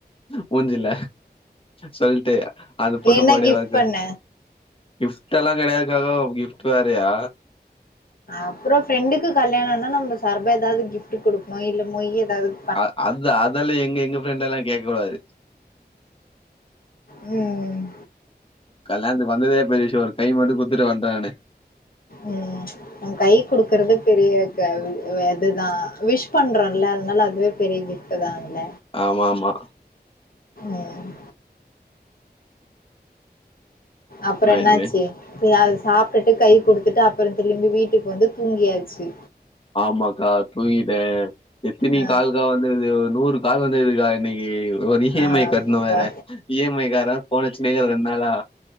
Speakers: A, on the left (about 30°); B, on the left (about 60°).
A: மூஞ்சில சொல்ட்டு அது பண்னுமாடே
B: என்ன கிஃப்ட்
A: வாக
B: பண்ண
A: கிஃப்டெல்லா கெடையாதுக்கா காவ் கிஃப்ட் வேறயா
B: அப்றோ ஃப்ரெண்டுக்கு கல்யாணோனா நம்ம சர்பா எதாது கிஃப்டு குடுப்போ இல்ல மொய் எதாவது
A: அ அத் அதெல்லா எங்க எங்க ஃரெண்டலா கேக்க கூடாது
B: ம்
A: கல்யாணத்துக்கு வந்ததே பெரிய விஷ்யோ ஒரு கை மட்டு குடுத்துட்டு வந்டே நானு
B: ம் உ கை குடுக்குறது பெரிய க வெதுதா விஷ் பண்றோல்ல அதுனால அதுவே பெரிய கிஃப் டு தால்ல
A: ஆமா ஆமா
B: ம் அப்றோ
A: நான்
B: என்னாச்சி
A: இனிமே,
B: ஏ அது சாப்டுட்டு கை குடுத்துட்டு அப்பறோ திரும்பி வீட்டுக்கு வந்து தூங்கியாச்சு
A: ஆமாக்கா தூங்கிட்டே எத்தினி
B: ஆ
A: கால்கா வந்துது ஒரு நூறு கால் வந்துது கா இன்னைக்கி ஒரு இ
B: ஆ
A: எம் ஐ கட்ணு
B: அப்பா
A: வேற இ எம் ஐ கார ஃபோன் அடிச்சினே இருக்குறா ரெண்நாளா